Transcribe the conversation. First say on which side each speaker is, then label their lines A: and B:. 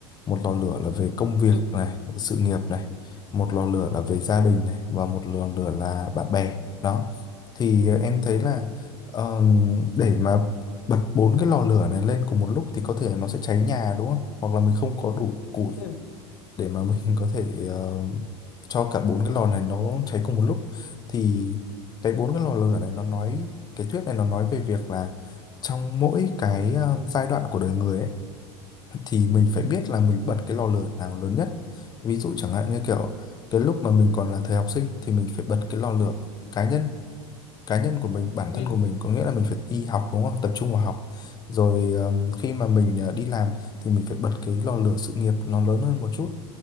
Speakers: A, on the left; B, on the left.
A: một lò lửa là về công việc
B: ừ
A: này sự nghiệp này một lò lửa
B: ừ
A: là về gia đình này và một lò lửa là bạn bè đó thì ờ, em thấy
B: ừ
A: là ờm, để mà bật bốn cái lò lửa này lên cùng một lúc thì có thể nó sẽ cháy nhà đúng không? Hoặc là mình không có đủ củi
B: ừ
A: để mà mình <laughs> có thể ờ, cho cả bốn cái lò này nó cháy cùng một lúc thì cái bốn cái lò lửa này nó nói cái thuyết này nó nói về việc là trong mỗi cái ờ, giai đoạn của đời người ấy thì mình
B: ừ
A: phải biết là mình bật cái lò lửa nào lớn nhất. Ví dụ chẳng hạn như kiểu cái lúc mà mình còn là thời học sinh thì mình phải bật cái lò lửa cá nhân cá nhân của mình bản
B: ừ
A: thân của mình có nghĩa là mình phải đi học đúng không tập trung vào học rồi ờm, khi mà mình ờ, đi làm thì mình phải bật cái lò lửa sự nghiệp nó lớn hơn một chút